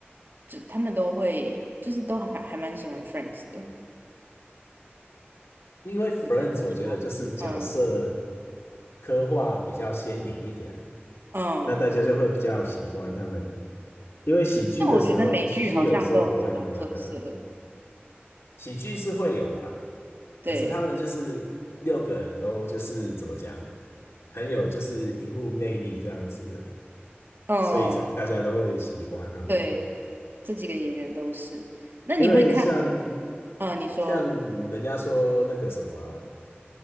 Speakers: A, on the right; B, on the left.
A: 就他们都会就是都还蛮还蛮喜欢《Friends》的。
B: 因为 Friends
A: 我在想说，
B: 我觉得就是角色
A: 嗯
B: 刻画比较鲜明一点，
A: 嗯，
B: 那大家就会比较喜欢他们，因为喜剧的时候，
A: 但我觉得美剧好像都有这种特色，
B: 喜剧有的时候不会那么那个。喜剧是会有啦，
A: 对，
B: 可是他们就是六个人都就是怎么讲，很有就是荧幕魅力这样子，
A: 嗯
B: 所以才大家都会喜欢他们。
A: 对，这几个演员都是。那你会看？
B: 因为像
A: 嗯，你说，
B: 像人家说那个什么啊，